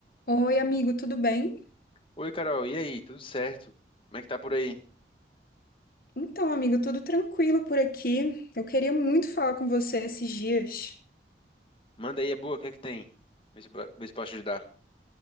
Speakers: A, on the left; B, on the left.
A: Oi, amigo, tudo bem?
B: Oi, Carol, e aí? Tudo certo? Como é que tá por aí?
A: Então, amigo, tudo tranquilo por aqui. Eu queria muito falar com você esses dias.
B: Manda aí, é boa, o que é que tem? Vê se, vê se posso te ajudar.